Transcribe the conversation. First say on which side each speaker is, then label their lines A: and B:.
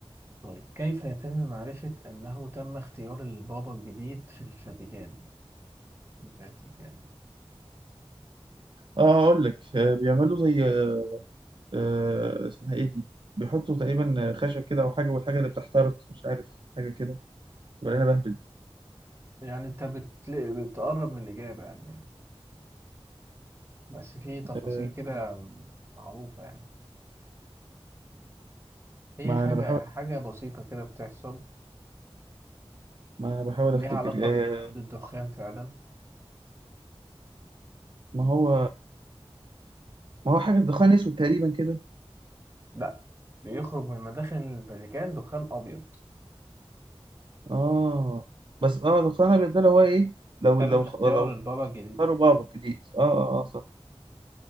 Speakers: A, on the right (about 25°); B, on the right (about 50°).
A: طيب كيف يتم معرفة أنه تم اختيار البابا الجديد في الفاتيكان؟ في الفاتيكان
B: اه اقول لك آه، بيعملوا زي آه، آه، اسمها ايه دي بيحطوا تقريبا خشب كده او حاجه والحاجه اللي بتحترق مش عارف حاجه كده ولا انا بهبد
A: يعني أنت بتل... بتقرب من الإجابة يعني بس في تفاصيل
B: آه،
A: كده معروفة يعني هي
B: ما
A: حاجة
B: انا بحاول
A: حاجة بسيطة كده بتحصل
B: ما انا بحاول
A: ليها
B: افتكر
A: علاقة
B: آه،
A: بال- بالدخان فعلا
B: ما هو ما هو حاجه دخان اسود تقريبا كده
A: لا بيخرج من مداخل الفاتيكان دخان أبيض
B: اه بس اه دخان ابيض ده اللي هو ايه لو
A: تم
B: لو
A: اختيار
B: لو
A: البابا الجديد
B: اختاروا بابا جديد اه اه
A: مم.
B: اه صح